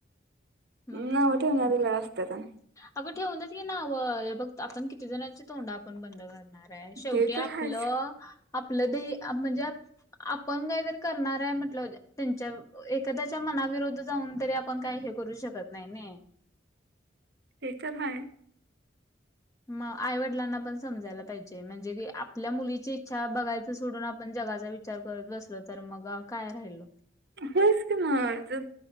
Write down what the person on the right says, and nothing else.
नाव
ठेवणारी लई असत्यात्या.
ते तर
आहेच
ते तर हाय.
होयच कि म ज